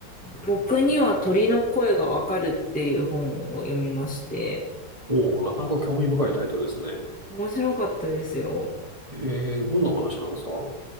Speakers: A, in the centre; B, on the right.
A: 僕には鳥の声がわかるっていう本を読みまして、
B: おお、なかなか興味深いタイトルですね。
A: 面白かったですよ。
B: えー、どんなお話なんですか